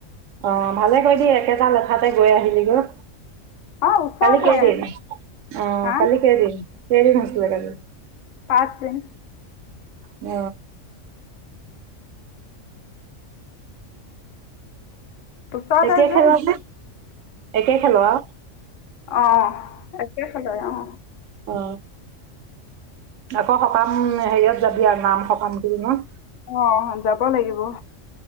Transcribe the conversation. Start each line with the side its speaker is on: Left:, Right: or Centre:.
Right: অ ভালে কৰিছ দে একেটা লেঠাতে গৈ আহিলি গৈ
Left: অঁ ওচৰতে
Right: কালি কেইদিন অ
Left: হা
Right: কালি কেইদিনন কেইদিন হৈছিলে কালি
Left: পাঁচ দিন
Right: অ
Left: ওচৰতে
Right: একে
Left: যে
Right: খেলৰ নে একে খেলৰ অ
Left: অ একেই খেলৰ অ
Right: অ আকৌ সকাম হেৰিয়ত যাবি আৰু নাম সকাম ন
Left: অ যাব লাগিব।